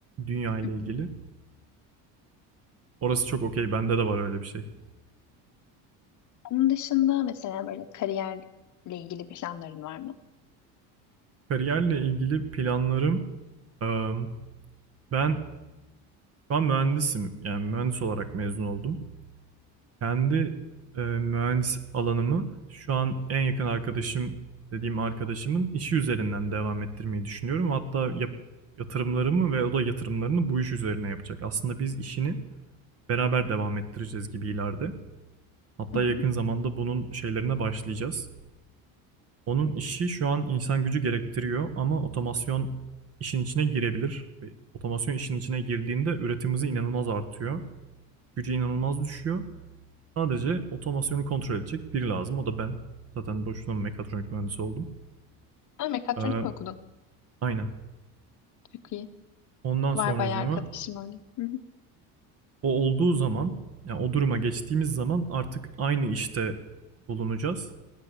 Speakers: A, on the right; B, on the left.
A: dünya ile
B: Hı hı.
A: ilgili. Orası çok okey. Bende de var öyle bir şey.
B: Onun dışında mesela böyle kariyerle ilgili planların var mı?
A: Kariyerle ilgili planlarım eee, ben şu an mühendisim. Yani mühendis olarak mezun oldum. Kendi e, mühendis alanımı şu an en yakın arkadaşım dediğim arkadaşımın işi üzerinden devam ettirmeyi düşünüyorum. Hatta yap- yatırımlarımı ve o da yatırımlarını bu iş üzerine yapacak. Aslında biz işini beraber devam ettireceğiz gibi ileride. Hatta
B: Hı hı.
A: yakın zamanda bunun şeylerine başlayacağız. Onun işi şu an insan gücü gerektiriyor ama otomasyon işin içine girebilir. Ve otomasyon işin içine girdiğinde üretim hızı inanılmaz artıyor. Gücü inanılmaz düşüyor. Sadece otomasyonu kontrol edecek biri lazım. O da ben. Zaten boşuna mekatronik mühendisi oldum.
B: Ha, mekatronik
A: Ee,
B: mi okudun?
A: aynen.
B: Çok iyi.
A: Ondan
B: Var
A: sonracığıma
B: bayağı arkadaşım öyle. Hı hı.
A: o olduğu zaman yani o duruma geçtiğimiz zaman artık aynı işte bulunacağız.